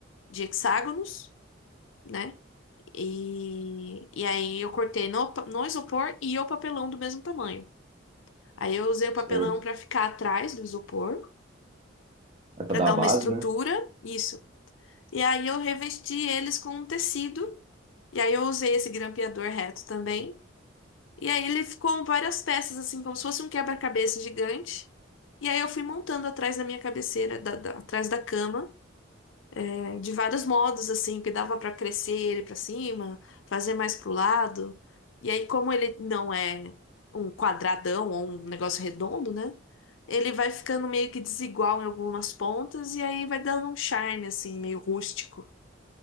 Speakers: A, on the left; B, on the right.
A: de hexágonos, né? E, e aí eu cortei no, pa- no isopor e o papelão do mesmo tamanho. Aí eu usei o papelão
B: Certo.
A: para ficar atrás do isopor,
B: É para
A: para
B: dar
A: dar
B: a base,
A: uma estrutura.
B: né?
A: Isso. E aí eu revesti eles com um tecido. E aí eu usei esse grampeador reto também. E aí ele ficou várias peças, assim, como se fosse um quebra-cabeça gigante. E aí eu fui montando atrás da minha cabeceira, da- da- atrás da cama, eh, de vários modos, assim, que dava pra crescer ele pra cima, fazer mais pro lado. E aí, como ele não é um quadradão ou um negócio redondo, né? Ele vai ficando meio que desigual em algumas pontas e aí vai dando um charme, assim, meio rústico.